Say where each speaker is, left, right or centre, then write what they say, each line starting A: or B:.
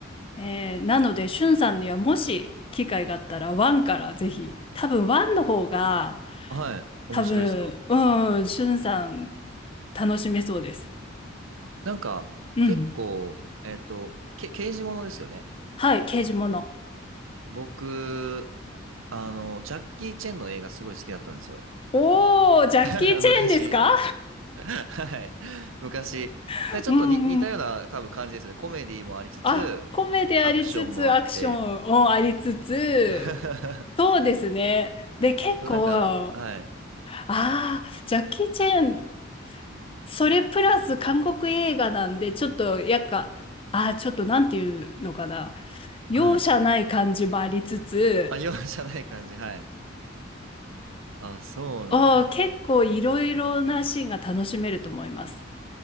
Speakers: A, on the left; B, on the right.
A: えーなので、しゅんさんにはもし機会があったら、ワンからぜひ、多分ワンの方が、
B: あ、はい。面白いっすか
A: 多分、うん、しゅんさん楽しめそうです。
B: なんか、
A: うん。
B: 結構、えっと、け、刑事ものですよね。
A: はい、刑事もの。
B: 僕、あの、ジャッキー・チェンの映画すごい好きだったんですよ。
A: おー、ジャッキー・
B: <laughs>
A: チェーンですか
B: 昔。はい。昔。
A: <laughs>
B: でちょっとに似たような多分感じですよね。
A: うんうん。
B: コメディもありつつ、
A: あ、コメディありつつ、
B: アクションもあって。
A: アクション、もありつつ、
B: <laughs>
A: そうですね。で、結構、
B: なんか、
A: あ
B: はい。
A: あ、ジャッキー・チェーンそれプラス韓国映画なんで、ちょっと、やっか、あー、ちょっとなんていうのかな。容赦ない感じもありつつ、
B: はい。あ、容赦ない感じ。はい。あ、そうなんだ。
A: あー、結構いろいろなシーンが楽しめると思います。